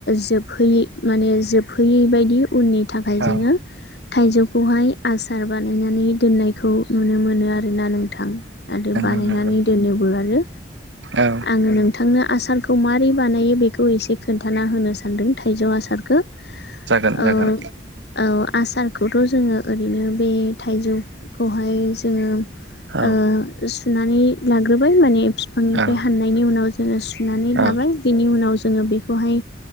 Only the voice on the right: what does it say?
औ
नंगौ
नंगौ
औ
जागोन जागोन
औ
औ
औ